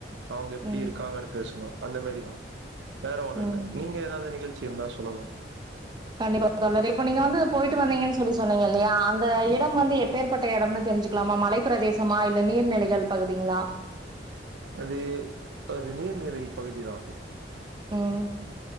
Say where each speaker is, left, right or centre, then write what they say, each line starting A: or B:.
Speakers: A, on the right; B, on the right.
A: அவங்க எப்டி
B: ம்
A: இருக்காங்கன்னு பேசனு அந்த மேறி தா வேற ஒண்ணு
B: ம்
A: இல்ல நீங்க ஏதாவது நிகழ்ச்சி இருந்தா சொல்லலா
B: கண்டிப்பா தோழரே இப்ப நீங்க வந்து போயிட்டு வந்தீங்கன்னு சொல்லி சொன்னீங்க இல்லயா அந்த இடம் வந்து எப் பேற்பட்ட இடம்ன்னு தெரிஞ்சுக்கலாமா மலை பிரதேசமா இல்ல நீர்நிலைகள் பகுதிங்களா
A: அது ஒரு நீர்நிறை பகுதிதா
B: ம்